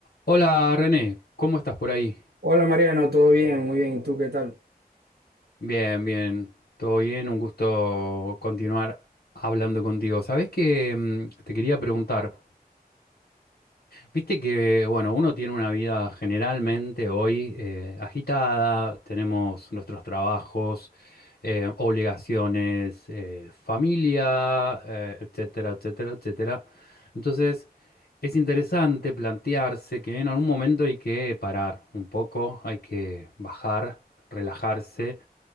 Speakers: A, on the left; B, on the right.
A: Hola René, ¿cómo estás por ahí?
B: Hola Mariano, ¿todo bien? Muy bien. ¿Y tú qué tal?
A: Bien, bien, todo bien, un gusto continuar hablando contigo. Sabes que mm, te quería preguntar, Viste que, bueno, uno tiene una vida generalmente hoy eh, agitada, tenemos nuestros trabajos, eh, obligaciones, eh, familia, eh, etcétera, etcétera, etcétera. Entonces, es interesante plantearse que en algún momento hay que parar un poco, hay que bajar, relajarse